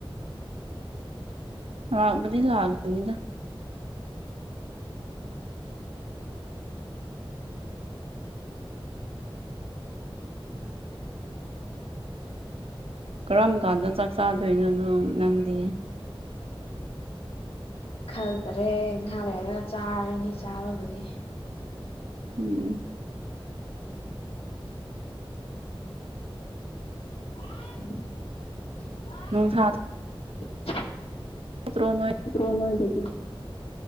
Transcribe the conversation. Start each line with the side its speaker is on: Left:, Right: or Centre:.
Right: ꯂꯕꯗꯤ ꯂꯥꯛꯑꯒꯦ ꯃꯅꯤꯅ ꯀꯔꯝ ꯀꯥꯟꯗ ꯆꯥꯛ ꯆꯥꯗꯣꯏꯅꯣ ꯅꯣ ꯅꯪꯗꯤ
Left: ꯈꯜꯗꯔꯦ ꯉꯍꯥꯛ ꯂꯩꯔꯒ ꯆꯥꯔꯅꯤ ꯆꯥꯕꯕꯨꯗꯤ
Right: ꯎꯝ
Left: <inaudible> <unintelligible>
Right: ꯅꯨꯡꯁꯥ
Left: <inaudible>
Right: ꯇꯣꯛꯇꯔꯣ ꯅꯣꯏ
Left: ꯇꯣꯛꯇꯔꯣ ꯅꯥꯣꯏꯗꯗꯤ